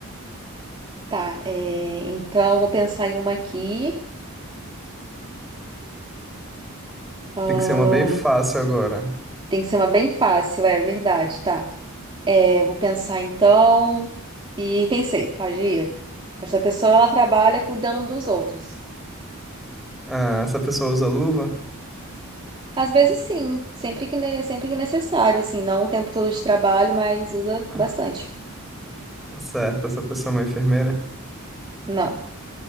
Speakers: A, on the right; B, in the centre.
A: Tá, é, então vou pensar em uma aqui. Ahn,
B: Tem que ser uma bem fácil agora.
A: tem que ser uma bem fácil, é verdade, tá. É, vou pensar então. E pensei, pode ir. Essa pessoa ela trabalha cuidando dos outros.
B: Ah, essa pessoa usa luva?
A: Às vezes sim, sempre que, ne- sempre que necessário, assim, não o tempo todo de trabalho, mas usa
B: Ah,
A: bastante.
B: Certo, essa pessoa é uma enfermeira?
A: Não,